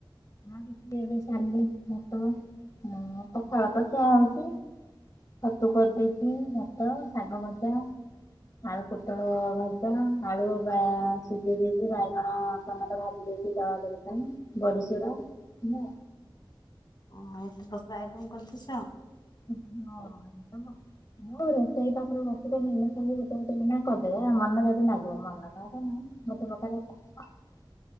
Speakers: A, on the left; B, on the left.
A: ଆଁ ଏବେ ସାରିଲି ଭାତ ଉଁ ପଖାଳ ଭାତ ଖିଆ ହଉଚି। ଛତୁ କରିଦେଇଛି, ଭାତ, ଶାଗ ଭଜା। ଆଳୁ ପୋଟଳ ଭଜା, ଆଳୁ ବା ସିଝେଇ ଦେଇଛି ବାଇଗଣ ଟମେଟୋ ଭାଜି ଥା ବଡସୁରା ନା।
B: ହଁ ଏତେ ପ୍ରକାର ଆଇଟମ କରିଦେଇଛ?
A: <unintelligible> ମନ ଯଦି ନାଗିବ ମନଟ ତ ନାହିଁ ମୋତେ ପ୍ରକାର